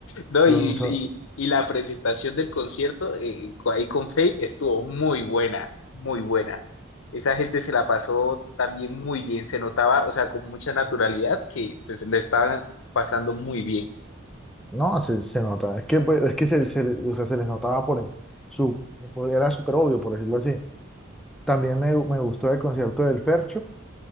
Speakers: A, on the left (about 70°); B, in the centre.
A: No,
B: Son,
A: y,
B: son,
A: y- y la presentación del concierto eh, ahí con Fate estuvo muy buena, muy buena. Esa gente se la pasó también muy bien, se notaba, o sea, con mucha naturalidad que pues le estaban pasando muy bien.
B: no, se, se nota. Es que, pues, es que se, se, le- o sea, se les notaba por el- su, por- era súper obvio, por decirlo así. También me, me gustó el concierto del Fercho.